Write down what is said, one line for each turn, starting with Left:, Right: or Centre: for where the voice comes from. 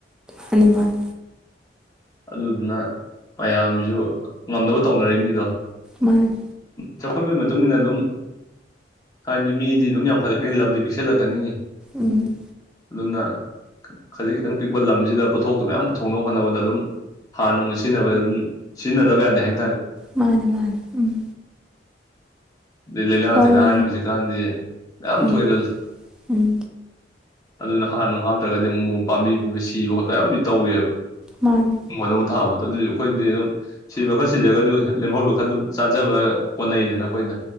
Centre: ꯍꯅꯨꯃꯥꯟ
Left: ꯑꯗꯨꯗꯨꯅ ꯃꯌꯥꯝꯁꯤꯁꯨ ꯉꯝꯅꯕ ꯇꯧꯅꯔꯛꯏꯅꯤꯗꯣ꯫
Centre: ꯃꯟꯅꯤ
Left: ꯆꯥꯎꯈꯠꯄꯩ ꯃꯠ ꯃꯇꯨꯡ ꯏꯟꯅ ꯑꯗꯨꯝ ꯍꯥꯏꯗꯤ ꯃꯤꯗꯤ ꯑꯗꯨꯝ ꯌꯥꯝꯈꯠꯂꯛꯀꯅꯤ ꯂꯝꯗꯤ ꯄꯤꯛꯁꯜꯂꯛꯀꯅꯤ꯫
Centre: ꯎꯝ
Left: ꯑꯗꯨꯅ ꯈꯖꯤꯛ ꯈꯤꯇꯪ ꯄꯤꯛꯄ ꯂꯝꯁꯤꯗ ꯄꯣꯊꯣꯛꯇꯣ ꯃꯌꯥꯝ ꯄꯨꯊꯣꯛꯅꯕ ꯍꯣꯠꯅꯕꯗ ꯑꯗꯨꯝ ꯍꯥꯔ ꯅꯨꯡꯒ ꯁꯤꯖꯤꯟꯅꯕ ꯑꯗꯨꯝ ꯁꯤꯖꯤꯟꯅꯗꯕ ꯌꯥꯗꯦ ꯍꯥꯏ
Centre: ꯃꯟꯅꯦ ꯃꯟꯅꯦ ꯎꯝ
Left: ꯑꯗꯩ ꯂꯩꯅꯥ
Centre: ꯍꯣꯏ
Left: ꯇꯤꯅ ꯍꯥꯏꯔꯦ ꯍꯧꯖꯤꯛꯀꯥꯟꯗꯤ ꯌꯥꯝ
Centre: ꯎꯝ
Left: ꯊꯣꯛꯏꯗꯨꯅꯦ
Centre: ꯎꯝ
Left: ꯑꯗꯨꯅ ꯍꯥꯔꯅꯨꯡ ꯍꯥꯞꯇ꯭ꯔꯒꯗꯤ ꯑꯃꯨꯛ ꯄꯥꯝꯕꯤ ꯍꯨꯝꯕ ꯁꯤꯕ ꯈꯣꯠꯄ ꯌꯥꯝꯗꯤ ꯇꯧꯋꯦꯕ
Centre: ꯃꯥꯅꯦ
Left: ꯍꯤꯡꯒꯣꯟꯗ ꯊꯥꯕꯗꯣ ꯑꯗꯨꯏ ꯑꯩꯈꯣꯏꯗꯤ ꯑꯗꯨꯝ ꯁꯤꯕ ꯈꯔ ꯁꯤꯖꯒꯔꯁꯨ ꯂꯦꯝꯍꯧꯔꯤꯕ ꯈꯔ ꯑꯗꯨꯝ ꯆꯥꯖꯕ ꯀꯣꯟꯅꯩꯗꯅ ꯍꯣꯏꯅ